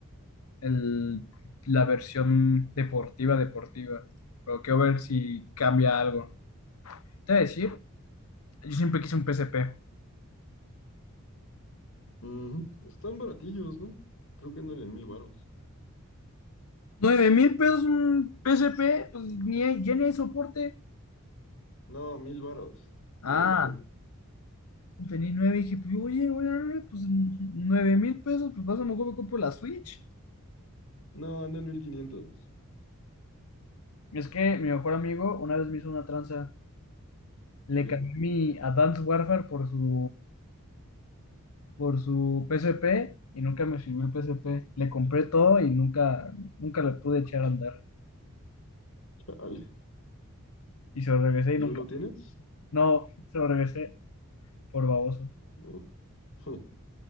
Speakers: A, on the left; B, on the left.
A: el, la versión deportiva, deportiva, pero quiero ver si cambia algo. Te voy a decir, yo siempre quise un PSP.
B: Ujú. Están baratillos, ¿no? Creo que andan en mil varos.
A: Nueve mil pesos un PSP, pues ni hay- ya ni hay soporte.
B: No, mil varos. Uno.
A: Ah,
B: <laughs>
A: tenía nueve y dije, pues oye, oye, oye, pues nueve mil pesos, pues pasa, mejor me compro la Switch.
B: No, andan en mil quinientos.
A: Es que mi mejor amigo una vez me hizo una tranza, le
B: ¿Por qué?
A: cambié
B: <laughs>
A: mi Advanced Warfare por su, por su P S P y nunca me sirvió el P S P Le compré todo y nunca, nunca le pude echar a andar.
B: Chale.
A: Y se lo regresé
B: ¿Yo
A: y nunca,
B: lo tienes?
A: no, se lo regresé por baboso.
B: No, <laughs>